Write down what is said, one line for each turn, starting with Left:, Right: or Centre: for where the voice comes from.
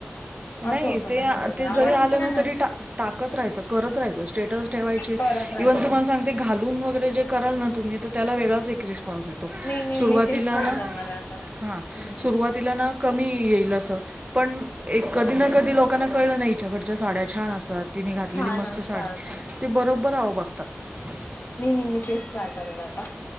Left: असं
Right: नाही
Left: होतं
Right: ते
Left: माझ्या बरोबर
Right: ते
Left: आवडतं
Right: जरी आलं
Left: सगळ्यांना
Right: ना तरी, टाकत रायच करत राहायच. स्टेटस ठेवायचे
Left: करत राहायचं
Right: इव्हन तुम्हाला सांग ते घालून वगैरे जे कराल ना तुम्ही, तर त्याला वेगळाच एक रिस्पॉन्स येतो.
Left: नाही नाही
Right: सुरुवातीला
Left: मी तेच ट्राय
Right: ना
Left: करणार आहे आता हम्म
Right: हा सुरुवात सुरुवातीला ना कमी येईल अस, पण एक कधी ना कधी लोकांना, कळलं नाही हिच्याकडच्या साड्या छान असतात तिने घातलेली
Left: छान
Right: मस्त
Left: असतात
Right: साडी ते बरोबर आवं बगतात <unintelligible>
Left: नाही नाही मी तेच ट्राय करेल आता,